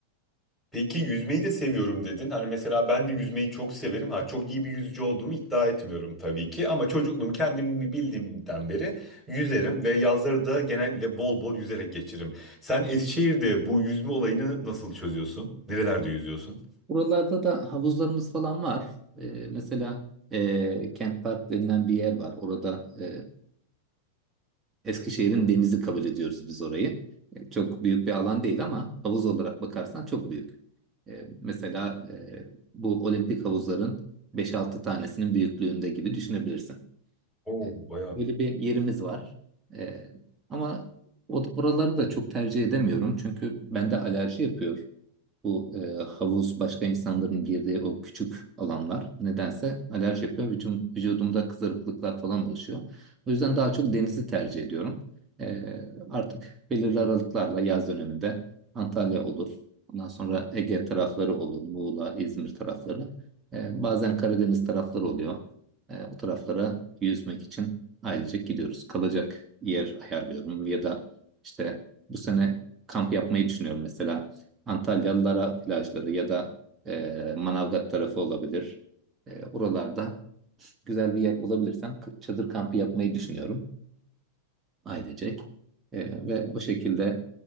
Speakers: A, in the centre; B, on the right (about 20°).
A: Peki yüzmeyi de seviyorum dedin. Hani mesela ben de yüzmeyi çok severim. Ha çok iyi bir yüzücü olduğumu iddia etmiyorum tabii ki ama çocukluğum kendimi bildiğimden beri yüzerim ve yazları da genellikle bol bol yüzerek geçiririm. Sen Eskişehir'de bu yüzme olayını nasıl çözüyorsun? Nerelerde yüzüyorsun?
B: Buralarda da havuzlarımız falan var. Ee, mesela e, Kent Park denilen bir yer var. Orada e, Eskişehir'in denizi kabul ediyoruz biz orayı. E, çok büyük bir alan değil ama havuz olarak bakarsan çok büyük. E, mesela e, bu olimpik havuzların beş-altı tanesinin büyüklüğünde gibi düşünebilirsin.
A: Oo,
B: E,
A: bayağı
B: böyle bir yerimiz var. E, ama o- oraları da çok tercih edemiyorum çünkü bende alerji yapıyor. Bu e, havuz başka insanların girdiği o küçük alanlar nedense alerji yapıyor. Vücum, vücudumda kızarıklıklar falan oluşuyor. O yüzden daha çok denizi tercih ediyorum. E, artık belirli aralıklarla yaz döneminde Antalya olur. Ondan sonra Ege tarafları olur. Muğla, İzmir tarafları. E, bazen Karadeniz tarafları oluyor. E, o taraflara yüzmek için ailecek gidiyoruz. Kalacak yer ayarlıyorum ya da işte bu sene kamp yapmayı düşünüyorum mesela. Antalyalılara plajları ya da e, Manavgat tarafı olabilir. E, oralarda güzel bir yer bulabilirsem k- çadır kampı yapmayı düşünüyorum ailecek. E, ve o şekilde